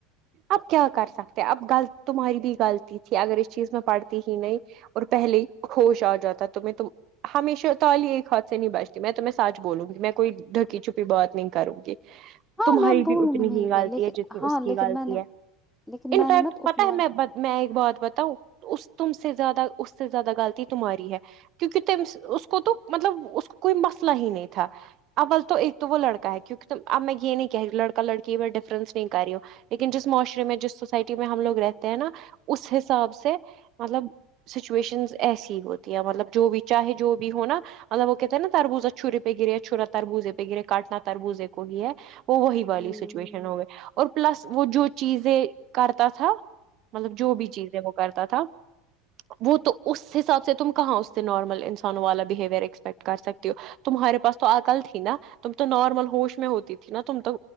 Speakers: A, on the right; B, in the centre.
A: اب کیا کر سکتے اب غلط تمہاری بھی غلطی تھی اگر اس چیز میں پڑھتی ہی نہیں اور پہلے ہی ہوش آ جاتا تو میں تو ہمیشہ تالی ایک ہاتھ سے نہیں بچتی میں تو میں سچ بولوں گی میں کوئی ڈھکی چھپی بات نہیں کروں گی
B: <inaudible>
A: تمہاری بھی
B: بولوں
A: اتنی
B: گی میری
A: ہی غالطی
B: بھی لیکن
A: ہے جتنی
B: ہاں
A: اس کی
B: لیکن
A: غالطی
B: میں نے
A: ہے
B: لیکن میں
A: انفیکٹ
B: نے مت اتنا
A: پتا ہے میںحبت میں ایک بات بتاؤں اس تم سے زیادہ اس سے زیادہ غلطی تمہاری ہے کیونکہ اس کو تو مطلب اس کو کوئی مسئلہ ہی نہیں تھا ابول تو ایک تو وہ لڑک ہے کیک تو اب میں یہ نہیں کہہ رہی لڑا لڑکی میں ڈفرنس نہیں کر رہی ہوں لیکن جس معاشرے میں جس سوسائٹی میں ہم لوگ رہتے ہیں نا اس حساب سے مطلب سچویشنز ایسی ہوتی ہے مطلب جو بھی چاہے جو بھی ہوناا مطلب وہ کہتے نا تربوزا چھورے پہ گرے ہے چھورا تربوزے پہ گرے کاٹنا تربوزے کو ہی ہے وہ وہی والی
B: ہ
A: سچویشن ہو گئے اور پلس وہ جو چیزیں کرتا تھا مطلب جو بھی چیز ہے وہ کرتا تھا وہ تو اس حساب سے تم کہاں اس سے نارمل انسانوں والا بہیوئر ایکسپیکٹ کر سکتی ہو تمہارے پاس تو اکل تھی نا تم تو نارمل ہوش میں ہوتی تھی نا تم تو